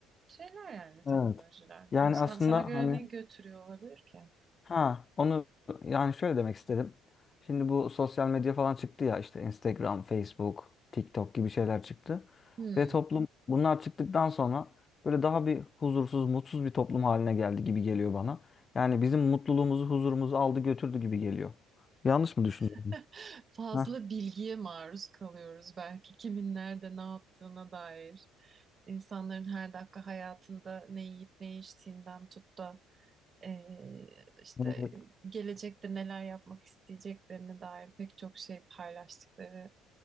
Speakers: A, on the right; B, on the left.
A: şeyler yani teknolojiler.
B: Evet. Yani
A: Ne- Sen,
B: aslında
A: sana göre
B: hani
A: ne götürüyor olabilir ki?
B: ha onu yani şöyle demek istedim. Şimdi bu sosyal medya falan çıktı ya işte Instagram, Facebook, TikTok gibi şeyler çıktı.
A: Hmm.
B: Ve toplum bunlar çıktıktan sonra böyle daha bir huzursuz, mutsuz bir toplum haline geldi gibi geliyor bana. Yani bizim mutluluğumuzu, huzurumuzu aldı götürdü gibi geliyor. Yanlış mı düşünüyorum?
A: <laughs> Fazla
B: Heh.
A: bilgiye maruz kalıyoruz belki kimin nerede ne yaptığına dair. İnsanların her dakika hayatında ne yiyip ne içtiğinden tut da Ee, işte
B: Evet.
A: gelecekte neler yapmak isteyeceklerine dair pek çok şey paylaştıkları